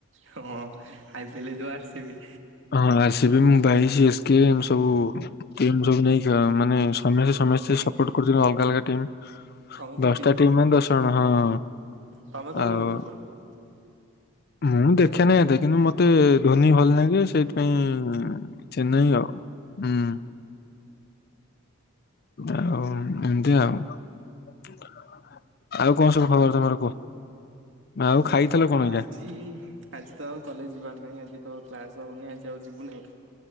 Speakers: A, on the right; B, on the left.
A: ହଁ ଆଇ ପି ଏଲେ <unintelligible> ଆସିବି।
B: ହଁ ଆ ବି ମୁଁ ଏସ୍ କେ ସବୁ ସବୁ ନେଇି ଆ ମାନେ ସମସ୍ତେ ସମସ୍ତେ ସପୋର୍ଟ କରୁଛନ୍ତି ଅଲଗା ଅଲଗା ଟିମ୍
A: ତମେ କୋଉ
B: ଦଶଟା
A: ଟିମ୍ କୁ
B: ଟିମ
A: ସପୋର୍ଟ
B: ଦଶ
A: କରୁଛ
B: ଜଣ ହଁ
A: ତମେ କୋଉ ଟିମ୍ କୁ ସପୋର୍ଟ କର?
B: ମୁଁ ଦେଖେ ନାହିଁ ଏତେ କିନ୍ତୁ ମତେ ଧୋନି ଭଲ ଲାଗେ ସେଇଥିପାଇଁ ଚେନ୍ନାଇ ହୁଁ। ଆଉ ଏମିତି ଆଉ। ଆଉ କଣ ସବୁ ଖବର ତମର କୁହ। ଆଉ ଖାଇଥିଲ
A: ହଁ
B: କଣ
A: ଆଜି
B: ଏଇଟା
A: ଆଜି ତ ଆଉ କଲେଜ ଯିବାର ନାହିଁ ଆଜି ତ କ୍ଲାସ ହବନି ଆଜି ଆଉ ଯିବୁନିଁ।